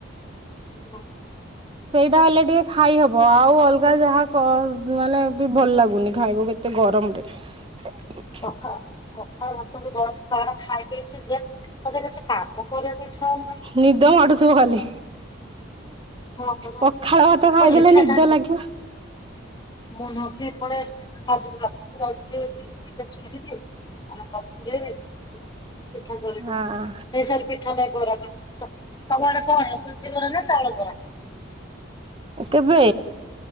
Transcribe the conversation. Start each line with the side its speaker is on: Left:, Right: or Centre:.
Left: <unintelligible>
Right: ସେଇଟା ହେଲେ ଟିକେ ଖାଇହବ ଆଉ ଅଲଗା ଯାହା ମାନେ ବି ଭଲ ଲାଗୁନି ଖାଇବବି। ଏତେ ଗରମରେ। ହ
Left: ପଖା ପଖାଳ ଭାତ ବି <unintelligible> ପାହାର ଖାଇ ଦେଇଛି ଯେ। ମୋତେ କିଛି କାମ କରିବାକୁ ଇଛା ହଉନି।
Right: ନିଦ ମାଡୁଥିବ ଖାଲି
Left: ହଁ ପରା
Right: ପଖାଳ ଭାତ ଖାଇଦେଲେ
Left: ମୋ ଲେଖା
Right: ନିଦ
Left: ଛାଡିକି
Right: ଲାଗେ
Left: <inaudible> <unintelligible> ବରା ତମ ଆଡେ କଣ ସୁଜି
Right: ହଁ
Left: ବରା ନା ଚାଉଳ ବରା?
Right: କେବେ।